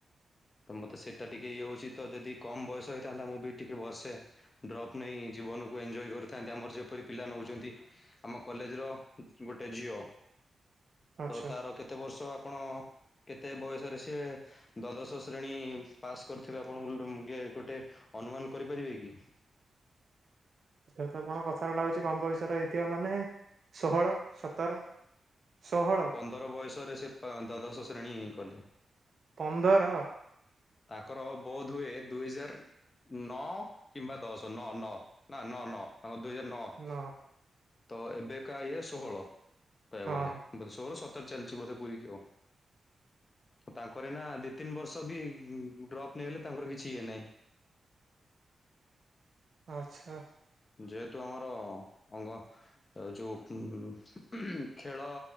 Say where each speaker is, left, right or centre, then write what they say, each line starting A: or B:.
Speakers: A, on the left; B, on the right.
A: ତ ମତେ ସେଇଟା ଟିକେ ଇଏ ହଉଛି ତ ଯଦି କମ ବୟସ ହେଇଥାନ୍ତା ମୁଁ ବି ଟିକେ ବର୍ଷେ ଡ୍ରପ୍ ନେଇ ଜୀବନକୁ ଏଞ୍ଜୋୟ କରିଥାନ୍ତି ଆମର ଯେପରି ପିଲା ନଉଛନ୍ତି ଆମ କଲେଜର ଗୋଟେ ଝିଅ
B: ଆଚ୍ଛା
A: ତ ତାର କେତେ ବର୍ଷ ଆପଣ କେତେ ବୟସରେ ସିଏ ଦ୍ଵାଦଶ ଶ୍ରେଣୀ ପାସ୍ କରିିଥିବେ ଆପଣ ଉଲ୍ ଡେ ମୁ ଗୋଟେ ଅନୁମାନ କରିପାରିବେ କି?
B: ଯେହେତୁ ଆପଣ କଥାରୁ ଲାଗୁଛି କମ ବୟସ ର ହେଇଥିବ ମାନେ ଷୋହଳ ସତର। ଷୋହଳ
A: ପନ୍ଦର ବୟ ରେ ସେ ପ ଦ୍ୱାଦଶ ଶ୍ରେଣୀ କଲେ।
B: ପନ୍ଦର?
A: ତାଙ୍କର ବୋଧ ହୁଏ ଦୁଇ ହଜାର ନଅ କିମ୍ବା ଦଶ ନଅ ନଅ ନା ନଅ ନଅ ତାଙ୍କ ଦୁଇହଜାର ନଅ।
B: ନ
A: ତ ଏବେକା ଇଏ ଷୋହଳ। କହିବାକୁ
B: ହଁ
A: ଗଲେ ବଧେ ଷୋହଳ ସତ ତର ଚାଲିଛି ବୋଧେ ପୁରୀ କି ଆଉ। ତାଙ୍କର ନା ଦି ତିନି ବର୍ଷ ତ ଭି ଡ୍ରପ୍ ନେଇଗଲେ ତାଙ୍କର କିଛି ଇଏ ନାହିଁ।
B: ଆଛା।
A: ଯେହେତୁ ଆମର ଅଙ୍ଗ ଯୋଉ ଉ ଖେଳ